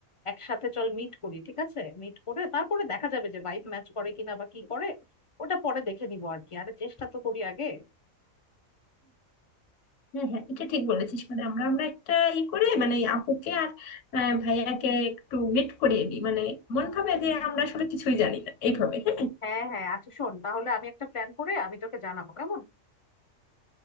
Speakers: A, on the left (about 45°); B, on the left (about 70°).
A: একসাথে চল মিট করি ঠিক আছে মিট করে তারপরে দেখা যাবে যে ভাইব ম্যাচ করে কিনা বা কি করে ওটা পরে দেখে নিবো আর কি আরে চেষ্টা তো করি আগে
B: হ্যাঁ হ্যাঁ এটা ঠিক বলেছিস মানে আমরা আমরা একটা ই করে মানে এই আপুকে আর আহ, ভাইয়াকে একটু মিট করিয়ে দিই মানে মন ভাবে যে আমরা আসলে কিছুই জানি না এইভাবে হ্যাঁ
A: হ্যাঁ হ্যাঁ আচ্ছা শোন তাহলে আমি একটা প্ল্যান করে আমি তোকে জানাবো কেমন